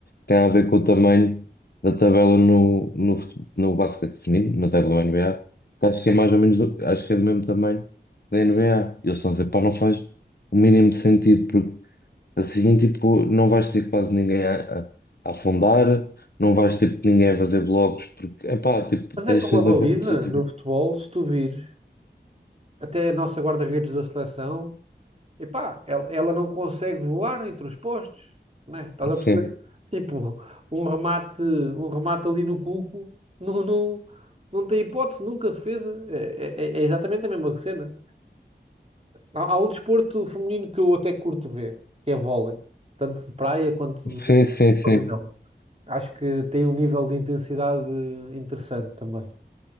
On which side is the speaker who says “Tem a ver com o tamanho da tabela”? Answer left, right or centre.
Left